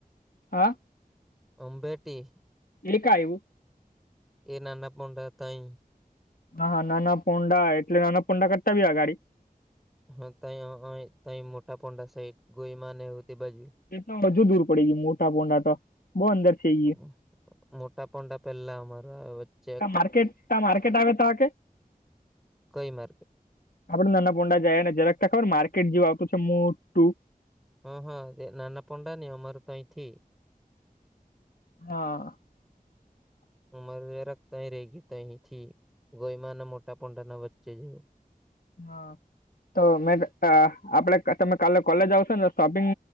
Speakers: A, on the left (about 75°); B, in the centre.
A: હા?
B: ઉમભેટી.
A: એ કા આયવુ?
B: એ નાના પોંઢા તઈ.
A: હહ હહ નાના પોન્ડા એટલે નાના પોંડા કરતા બી આગાડી?
B: હા તઈ અઈ તઈ મોટા પોંડા સાઈટ ગોઈમાં ને એવું તે બાજુ.
A: એતો હજુ દૂર પડી ગયું મોટા પોંડા તો બહુ અંદર થઈ
B: હહ
A: ગયું
B: મોટા પોંડા પેલા અમારો આવે વચ
A: તા માર્કેટ તા માર્કેટ આવે તાકે?
B: કઈ માર્કેટ
A: આપડે નાના પોંડા ગયા ને જરાક તા ખબર હે માર્કેટ જેવું આવતું છે મોટું.
B: હહ હહ નાના પોંડાને એ અમારે તો અઈથી
A: હહ
B: <inaudible> ઉમરરેરક તઈ રહી ગયું તહીથી ગોયમાંના મોટા પોંડાના વચ્ચે જેવું.
A: હહ તો મે અ આપડે તમે કાલે કોલેજ આવશો ને શોપિંગ.